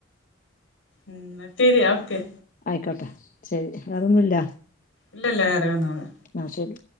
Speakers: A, on the left; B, on the left.
A: ഉം തരി ഓക്കെ.
B: ആയിക്കോട്ടെ ശരി വേറൊന്നുല്ല
A: ഇല്ലല്ല വേറെ ഒന്നുമില്ല
B: ന്നാആ ശരി.